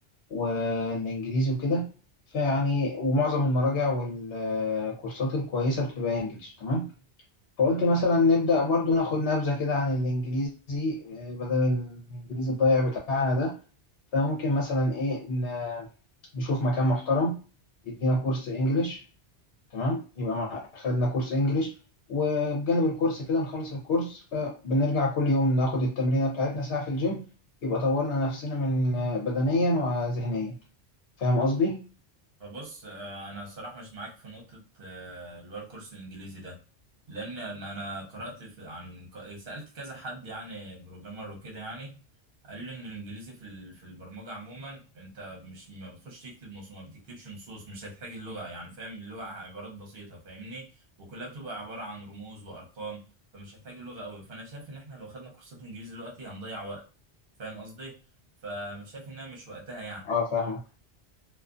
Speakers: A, on the left (about 70°); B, on the right (about 55°).
A: والانجليزي وكده فيعني ومعظم المراجع والكورسات الكويسة بتبقى انجليش تمام فقلت مثلا نبدأ برضو ناخد نبذة كده عن الإنجليزي آه، بدل الإنجليزي الضايع بتاعنا ده فممكن مثلا إيه ن- نشوف مكان محترم يدينا كورس إنجليش تمام يبقى مع- خدنا كورس إنجليش وبجانب الكورس كده نخلص الكورس فبنرجع كل يوم ناخد التمرينة بتاعتنا ساعة في الجيم يبقى طورنا نفسنا من آه، بدنيا وذهنيا فاهم قصدي؟
B: فبص آه، انا صراحة مش معاك في نقطة آه، اللي هو الكورس الانجليزي ده لان أنا أنا قرأت في عن ك- سألت كذا حد يعني بروجرامر وكده يعني قال لي ان الانجليزي في ال- في البرمجة عموما انت مش ما بتخش تكتب نصوص ما بتكتبش نصوص مش هتحتاج اللغة يعني فاهم اللغة عبارات بسيطة فاهمني وكلها بتبقى عبارة عن رموز وارقام فمش هتحتاج اللغة قوي فانا شايف ان احنا لو خدنا كورسات انجليزي دلوقتي هنضيع وقت فاهم قصدي فمش شايف انها مش وقتها يعني
A: اه فاهمك